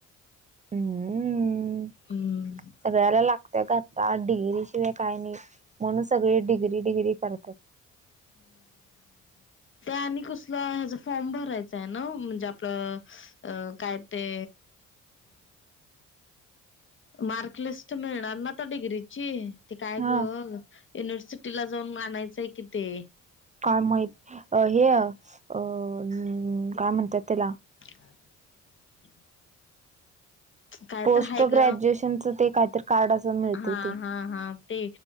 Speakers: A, on the right (about 25°); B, on the left (about 40°).
A: हम्म
B: हम्म
A: सगळ्याला लागत्या ग आत्ता डिगरी. शिवाय काही नाही म्हणून सगळे डिग्री डिग्री करतात.
B: आणि कस ह फॉर्म भरायच आहे, ना म्हणजे आपलं. अ काय ते. मार्क लिस्ट मिळणार ना त्या डिग्रीची. ते काय
A: हा.
B: ग युनिव्हर्सिटीला जाऊन आणनायचंय कि ते.
A: काय माहित अ हे अ काय म्हणतात त्याला
B: <inaudible> काय
A: पोस्ट
B: तर हाय
A: ग्रॅज्युएशनचं
B: ग
A: ते काहीतरी कार्ड असं मिळते
B: हा
A: ते.
B: हा हा ते